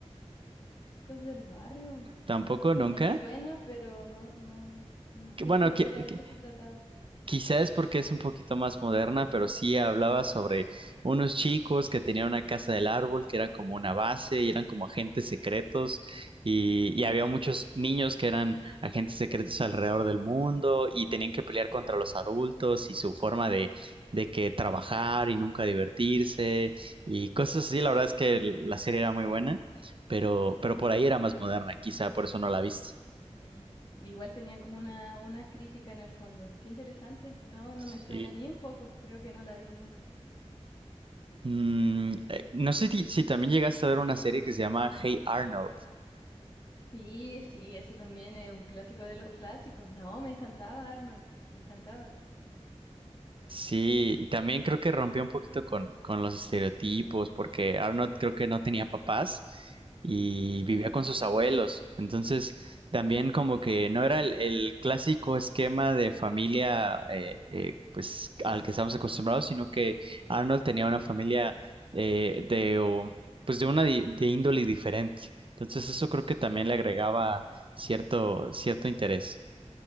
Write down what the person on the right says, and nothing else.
Tampoco,
nunca.
Que, bueno,
que,
que-
Quizás porque es un poquito más moderna, pero sí hablaba sobre unos chicos que tenían una casa del árbol que era como una base y eran como agentes secretos y, y había muchos niños que eran agentes secretos alrededor del mundo y tenían que pelear contra los adultos y su forma de, de que trabajar y nunca divertirse y cosas así. La verdad es que la serie era muy buena, pero, pero por ahí era más moderna, quizá por eso no la viste.
Sí.
Mm, eh, no sé ti-
si, también llegaste a ver una serie que se llama Hey Arnold.
Sí, y también creo que rompió un poquito con, con los estereotipos, porque Arnold creo que no tenía papás y
vivía con sus abuelos. Entonces, también como que no era el, el clásico esquema de familia eh, eh, pues al que estamos acostumbrados, sino que Arnold tenía una familia eh, de o, pues de una di- de índole diferente. Entonces, eso creo que también
le agregaba cierto, cierto interés.